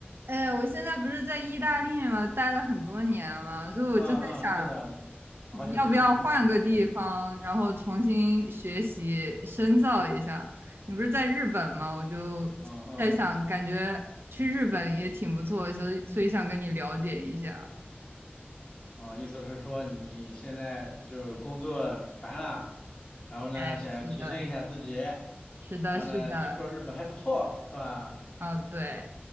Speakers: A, on the right; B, on the left.
A: 哎，我现在不是在意大利嘛，待了很多年嘛，所以我就在想，
B: 嗯嗯，是的，好久之前你就说你在意大利，
A: 要不要换个地方，然后重新学习深造一下。你不是在日本吗？我就在想，
B: 嗯嗯，
A: 感觉去日本也挺不错，所以所以想跟你了解一下。
B: 哦，意思是说你现在就工作烦了，然后呢想要提升一下自己，
A: 哎，是的，
B: 然后呢听说日本还不错，
A: 是的，是的，
B: 是吧？
A: 哦，对，